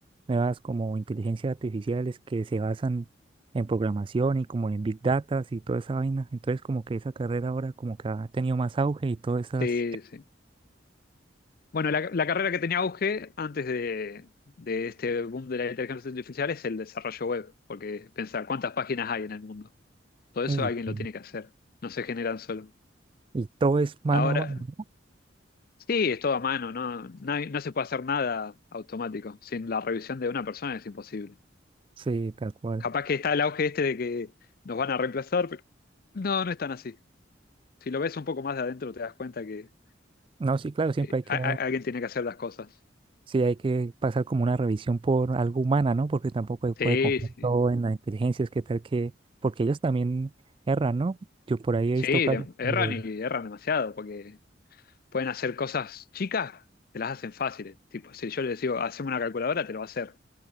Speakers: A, on the right; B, on the left.
A: nuevas como inteligencias artificiales que se basan en programación y como en Big Data y toda esa vaina, entonces como que esa carrera ahora como que ha tenido más auge y todas esas...
B: Sí, sí. Bueno, la, la carrera que tenía auge antes de, de este boom de la inteligencia artificial es el desarrollo web. Porque pensar cuántas páginas hay en el mundo. Todo eso
A: Uy,
B: alguien
A: no.
B: lo tiene que hacer. No se generan solo.
A: Y todo es mano
B: Ahora.
A: a mano. ¿no?
B: Sí, es todo a mano, no, no, hay- no se puede hacer nada automático. Sin la revisión de una persona es imposible.
A: Sí, tal cual.
B: Capaz que está el auge este de que nos van a reemplazar, pero no, no es tan así. Si lo ves un poco más de adentro, te das cuenta que,
A: No, sí, claro, siempre
B: que
A: hay que
B: a- a- alguien tiene que hacer las cosas.
A: Sí, hay que pasar como una revisión por algo humana, ¿no? Porque tampoco se puede
B: Sí,
A: confiar
B: sí.
A: todo en las inteligencias, qué tal que, porque ellos también erran, ¿no? Yo por ahí he
B: Sí,
A: visto casos
B: de- erran
A: que,
B: y erran demasiado, porque pueden hacer cosas chicas, te las hacen fáciles. Tipo, si yo les digo, haceme una calculadora, te lo va a hacer.